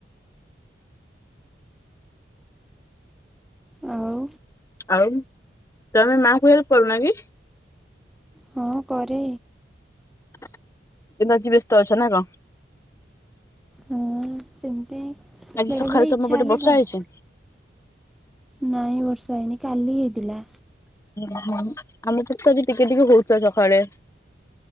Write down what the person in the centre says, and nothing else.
ଆଉ?
ହଁ କରେ।
ହଁ ସେମିତି
ବେଳେ
ବେଳେ
ଇଚ୍ଛା
ହେଲେ
କରେ।
ନାଇଁ ବର୍ଷା ହେଇନି କାଲି ହେଇଥିଲା।